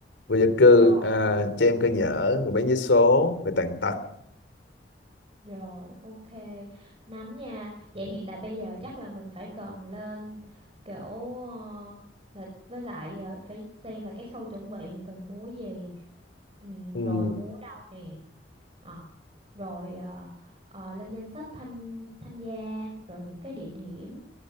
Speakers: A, on the left (about 85°); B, on the right (about 35°).
A: vô gia cư
B: rồi.
A: à, trẻ em cơ nhở người bán vé số người tàn tật
B: Rồi, ok. Nắm nha. Vậy hiện tại bây giờ chắc là mình phải cần lên kiểu ờ, là với lại ờ, phải xem là cái khâu chuẩn bị thì cần múa gì. Ừm,
A: Ừ,
B: rồi múa đâu nè. Ờ, rồi ờ, ờ, lên danh sách tham tham gia, rồi những cái địa điểm,